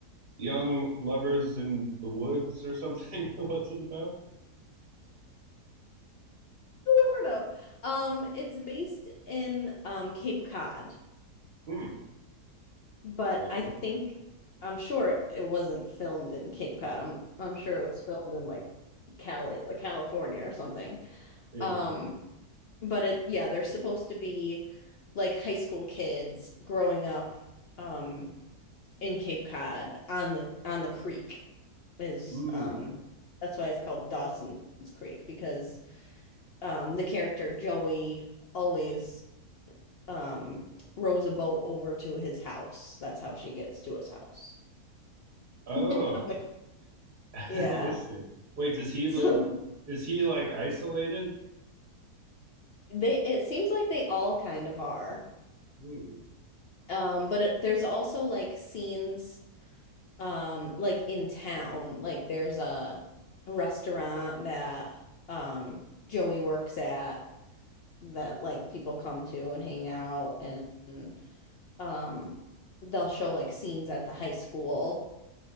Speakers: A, on the right (about 40°); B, on the left (about 70°).
A: young lovers in the woods or something. <laughs> What's it about?
B: Sort of. Um, it's based in um, Cape Cod,
A: Hmm.
B: but
A: Lovely.
B: I think I'm sure it wasn't filmed in Cape Cod. I'm I'm sure it was filmed in like Cali, like California or something.
A: Yeah.
B: Um, but it yeah, they're supposed to be like high school kids growing up um in Cape Cod on the on the creek is
A: Hmm.
B: um that's why it's called Dawson's Creek because um the character Joey always um rows a boat over to his house. That's how she gets to his house.
A: Oh.
B: <laughs>
A: <laughs> I
B: yeah.
A: see. Wait, does he live?
B: So
A: Is he like isolated?
B: they it seems like they all kind of are.
A: Hmm,
B: Um, but it, there's also like scenes um like in town. Like there's a restaurant that um Joey works at that like people come to and hang out and um they'll show like scenes at the high school